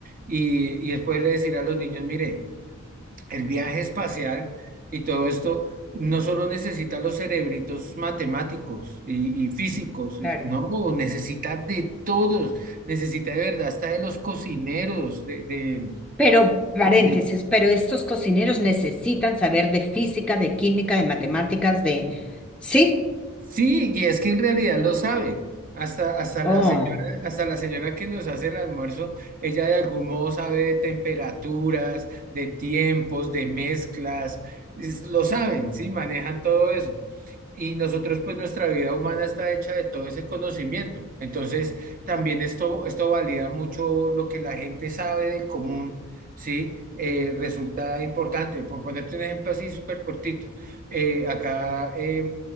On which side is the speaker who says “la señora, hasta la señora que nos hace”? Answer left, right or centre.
Right